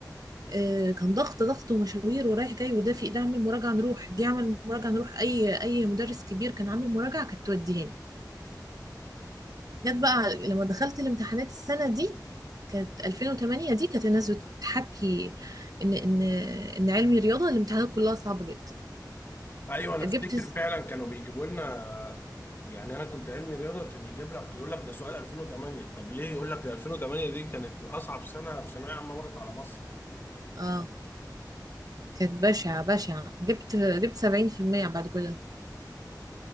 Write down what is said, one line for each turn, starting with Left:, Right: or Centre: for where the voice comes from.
Right: آه، كان ضغط ضغط ومشاوير ورايح جاي ودافي ده عامل مراجعة نروح دي عامل مراجعة نروح أي أي مدرس كبير كان عامل مراجعة كانت توديهاني جت بقى لما دخلت الامتحانات السنة دي كانت 2008 دي كانت الناس بتحكي إن إن إن علمي رياضة الامتحانات كلها صعبة جدا
Left: ايوه انا
Right: جبت
Left: افتكر
Right: س-
Left: فعلا كانوا بيجيبوا لنا يعني انا كنت علمي رياضة كان يجيب لك يقول لك ده سؤال 2008 طب ليه يقول لك ده 2008 دي كانت اصعب سنة في ثانوية عامة مرت على مصر
Right: اه كانت بشعة بشعة جبت جبت 70% بعد كل ده